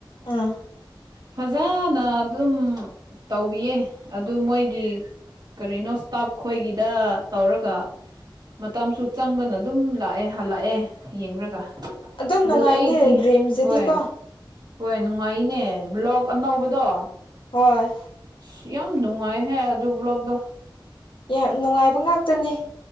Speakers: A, on the left; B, on the right.
A: ꯎꯝ
B: ꯐꯖꯅ ꯑꯗꯨꯝ ꯇꯧꯕꯤꯌꯦ ꯑꯗꯨ ꯃꯣꯏꯒꯤ ꯀꯔꯤꯅꯣ ꯏꯁꯇꯥꯞ ꯈꯣꯏꯒꯤꯗ ꯇꯧꯔꯒ ꯃꯇꯝꯁꯨ ꯆꯪꯗꯅ ꯑꯗꯨꯝ ꯂꯥꯛꯑꯦ ꯍꯜꯂꯛꯑꯦ ꯌꯦꯡꯔꯒ
A: ꯑꯗꯨꯝ
B: ꯑꯗꯨ
A: ꯅꯨꯡꯉꯥꯏꯕꯅꯦ
B: ꯑꯩꯒꯤ
A: ꯗ꯭ꯔꯤꯝꯁꯤꯗꯤꯀꯣ
B: ꯍꯣꯏ ꯍꯣꯏ ꯅꯨꯡꯉꯥꯏꯅꯦ ꯕ꯭ꯂꯣꯛ ꯑꯅꯧꯕꯗꯣ
A: ꯍꯣꯏ
B: ꯑꯁ ꯌꯥꯝ ꯅꯨꯡꯉꯥꯏꯍꯦ ꯑꯗꯨ ꯕ꯭ꯂꯣꯛꯗꯣ
A: ꯌꯥꯝ ꯅꯨꯡꯉꯥꯏꯕ ꯉꯥꯛꯇꯅꯤ